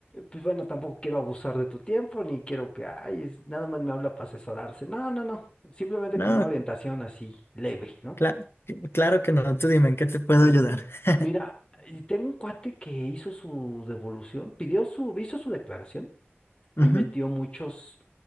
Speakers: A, on the left (about 25°); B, on the left (about 70°).
A: pues bueno, tampoco quiero abusar de tu tiempo ni quiero que, ay, es- nada más me habla para asesorarse. No, no, no, simplemente
B: No,
A: como una orientación así leve, ¿no?
B: cla- claro que no. Tú dime, ¿en qué te puedo ayudar? <laughs>
A: Mira, y tengo un cuate que hizo su devolución, pidió su, hizo su declaración y
B: Ujú,
A: metió muchos,